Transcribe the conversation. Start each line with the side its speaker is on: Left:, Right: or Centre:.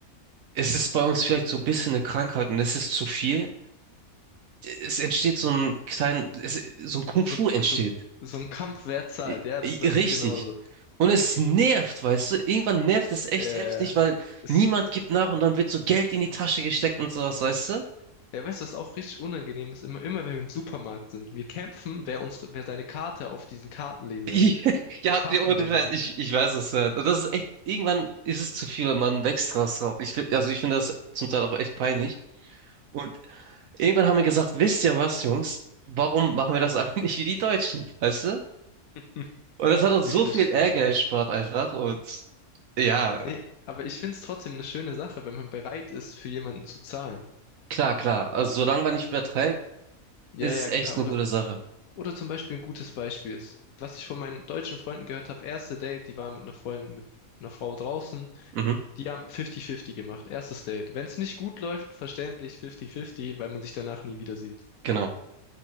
Right: es ist bei uns vielleicht so ein bisschen eine Krankheit und es ist zu viel. Es entsteht so ein kleinen, es, so ein Kung-Fu
Left: So, ein-
Right: entsteht.
Left: so, ein- so ein Kampf, wer zahlt,
Right: I-
Left: ja, das
Right: i-
Left: ist bei
Right: Richtig.
Left: uns genauso.
Right: Und es nervt, weißt du? Irgendwann nervt es
Left: Äh,
Right: echt heftig, weil
Left: es,
Right: niemand gibt nach und dann wird so Geld in die Tasche gesteckt und sowas, weißt du?
Left: Ja, weißt du, was auch richtig unangenehm ist? Immer, immer wenn wir im Supermarkt sind. Wir kämpfen, wer unsere, wer seine Karte auf diesen Kartenleser,
Right: Ich- <laughs> Ja,
Left: Kartenleser
Right: nee, ohne Scheiß,
Left: legt.
Right: ich, ich weiß, was halt. Und das ist echt, irgendwann ist es zu viel und man wächst draus drauf. Ich, fi- also ich finde das zum Teil auch echt peinlich. Und irgendwann haben wir gesagt, wisst ihr was, Jungs, warum machen wir das <laughs> einfach nicht wie die Deutschen, weißt du?
Left: <laughs>
Right: Und das hat uns
Left: Ich
Right: so
Left: verstehe.
Right: viel Ärger erspart einfach. Und ja,
Left: Nee, aber ich find's trotzdem eine schöne Sache, wenn man bereit ist, für jemanden zu zahlen.
Right: klar, klar. Also solange man nicht übertreibt,
Left: Ja,
Right: ist
Left: ja,
Right: es echt
Left: klar.
Right: eine
Left: Oder,
Right: gute Sache.
Left: oder zum Beispiel ein gutes Beispiel ist, was ich von meinen deutschen Freunden gehört habe, erste Date, die waren mit einer Freundin, mit einer Frau draußen,
Right: Mhm,
Left: die haben 50-50 gemacht, erstes Date. Wenn es nicht gut läuft, verständlich 50-50, weil man sich danach nie wieder sieht.
Right: genau.